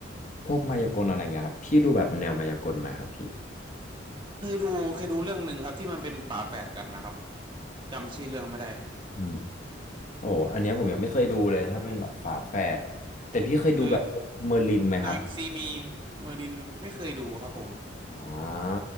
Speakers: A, on the left; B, on the right.
A: พวกมายากลอะไรเงี้ยครับพี่ดูแบบแนวมายากลไหมครับพี่
B: เคยดูเคยดูเรื่องหนึ่งครับที่มันเป็นฝาแฝดกันนะครับจำชื่อเรื่องไม่ได้
A: อืมโอ้โหอันเนี้ยผมยังไม่เคยดูเลยถ้าเป็นแบบฝาแฝดแต่พี่เคยดูแบบเมอร์ลินไหมครับ
B: หรือ Now You See Me เมอร์ลินไม่เคยดูครับผม
A: อ่า